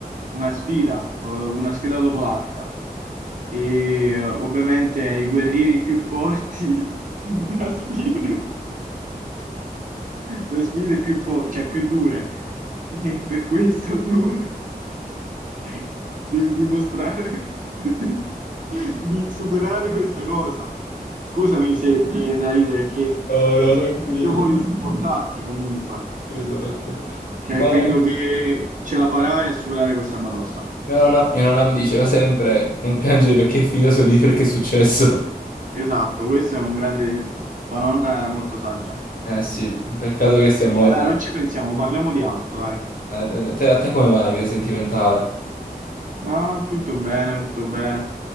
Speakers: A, on the right; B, on the left.
A: una sfida, eh, una sfida dopo l'altra. E eh, ovviamente ai guerrieri più forti <laughs> da sfidare. da sfide più, fo- cioè, più dure. E per questo tu <laughs> devi dimostrare <laughs> di superare questa cosa. Scusami se mi viene da ridere, che
B: No, no, tranquillo,
A: io voglio supportarti comunque.
B: tranquillo, tranquillo.
A: Cioè,
B: Ma
A: credo che ce la farai a superare questa batosta.
B: mia nonna, mia nonna mi diceva sempre, non piangere perché è finito, sorridi perché è successo.
A: Esatto, questo è un grande detto. Tua nonna era molto saggia.
B: Eh sì, peccato che sia morto.
A: Dai, dai, non ci pensiamo, parliamo di altro, dai.
B: Eh, te- te- a te come va la vita sentimentale?
A: No, tutto bene, tutto bene.